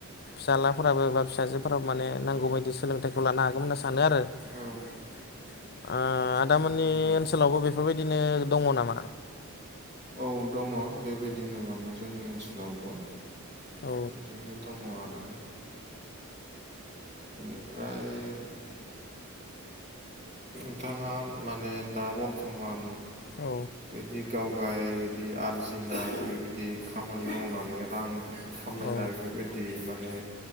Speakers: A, on the left; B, on the right.
A: फिसालाफोराबो बा फिसाजोफोराबो माने नांगौ बायदि सोलोंथाइखौ लानो हागौमोन होनना सानो आरो। ओ
B: औ
A: आदामोननि
B: नंगौ
A: ओनसोलावबो बेफोरबायदिनो दङ नामा?
B: औ दङ बेबायदिनो माने जोंनि ओनसोलावबो।
A: औ
B: बिदिनो दङ आरो। बेनिफ्राय नोंथाङा माने दा बर्थमान
A: औ
B: बिदि गावगाय बिदि आरजिनाय बेबायदि खामानि मावनानै रां खामायना
A: औ
B: बेफोरबायदि माने